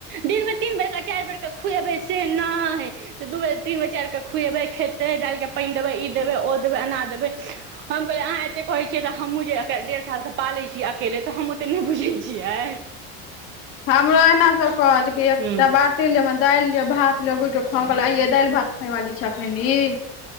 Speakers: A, on the right; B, on the left.
A: दिनमे तीन बेरक चारि बेरके खुएबै से नहि दू बेर तीन बेर चारि बेर खुएबै दैल के पानि देबै ई देबै ओ देबै अना देबै। हम कहलियै अहाँ एते कहैत छियै तऽ हमहूँ जे डेढ़ सालसँ पालै छियै अकेले तऽ हम ओते नहि बुझै छियै
B: हमरो एना सब कहकै एकटा
A: हूँ
B: बात र ले <unintelligible> मे दालि लिअ, भात लिअ, घुरिक खोआउ हम कहलियै आंय यै दालि भात खायवाली छै अखन ई।